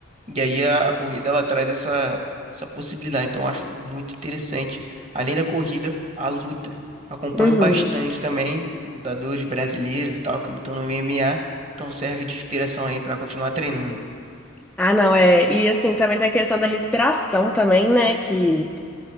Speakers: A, on the right; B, in the centre.
A: E aí a, a corrida ela traz essa, essa possibilidade. Então eu acho muito interessante. Além da corrida, a luta. Acompanho
B: Uhum.
A: bastante também lutadores brasileiros e tal que lutam no MMA. Então serve de inspiração aí para continuar treinando.
B: Ah, não, é. E assim, também tem a questão da respiração também, né? Que